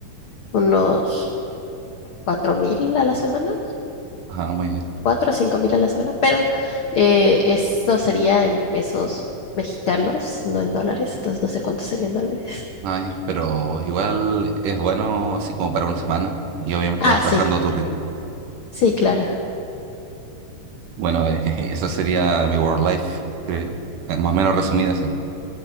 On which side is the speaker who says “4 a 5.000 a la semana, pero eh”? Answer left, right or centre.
Left